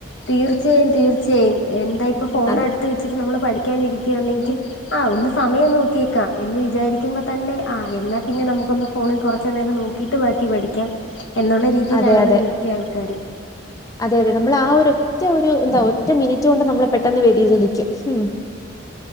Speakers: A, on the left (about 70°); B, on the left (about 20°).
A: തീർച്ചയായും തീർച്ചയായും എന്താ ഇപ്പ ഫോൺ
B: അതെ
A: അടുത്ത് വെ ച്ചിട്ട് നമ്മള് പഠിക്കാൻ ഇരിയ്ക്കന്നെങ്കിൽ ആഹ് ഒന്ന് സമയം നോക്കിയേക്കാം എന്ന് വിചാരിക്കുമ്പോ തന്നെ ആഹ് എന്നാ പിന്നെ നമുക്ക് ഒന്ന് ഫോണിൽ കൊറച്ച് നേരം നോ ക്കിട്ട് ബാക്കി പഠിക്കാം എന്നുള്ള രീതിയിലാണ്
B: അതെ അതെ
A: മിക്ക ആൾക്കാരും
B: അതെ അതെ നമ്മള് ആഹ് ഒരു റ്റ ഒരു എന്താ ഒറ്റ മിനിറ്റ് കൊണ്ട് നമ്മള് പെട്ടെന്ന് വേതിചലിക്കും ഉം